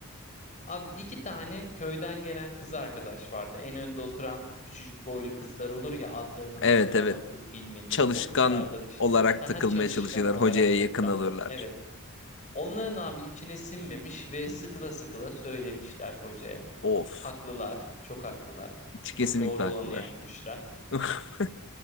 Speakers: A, on the left; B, on the left.
A: Abi iki tane köyden gelen kız arkadaş vardı. En önde oturan küçücük boylu kızlar olur ya adlarını
B: <laughs>
A: hatırlamadığın,
B: Evet evet.
A: bilmediğin
B: çalışkan
A: o kızlardan işte.
B: olarak
A: Haha,
B: takılmaya
A: Çalışkan
B: çalışırlar.
A: olarak
B: Hocaya
A: takılanlar.
B: yakın alırlar.
A: Evet. Onların abi içine sinmemiş ve sıkıla sıkıla söylemişler hocaya.
B: Of.
A: Haklılar, çok haklılar.
B: Kesinlikle
A: Çok doğru
B: haklılar.
A: olanı yapmışlar.
B: <laughs>